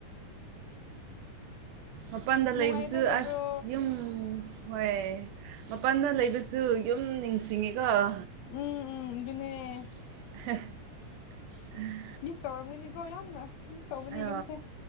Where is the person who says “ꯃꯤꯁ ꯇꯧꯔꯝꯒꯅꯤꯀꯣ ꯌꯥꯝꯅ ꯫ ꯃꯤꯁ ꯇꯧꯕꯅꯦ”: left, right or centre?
Left